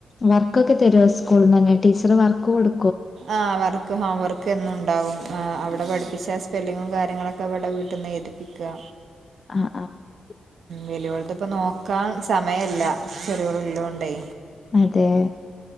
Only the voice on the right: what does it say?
ആഹ് വർ ക്ക് ഹോംവർക്ക് എന്നുണ്ടാവും ആഹ് അവിടെ പഠിപ്പിച്ച സ്പെല്ലിങ്ങും കാര്യങ്ങളൊക്കെവടെ വീട്ടിന്നെയ്തിപ്പിക്കാ
വലിയോൾത്പ്പ നോക്കാൻ സമയല്ല ചെറിയോളുള്ളോണ്ടേ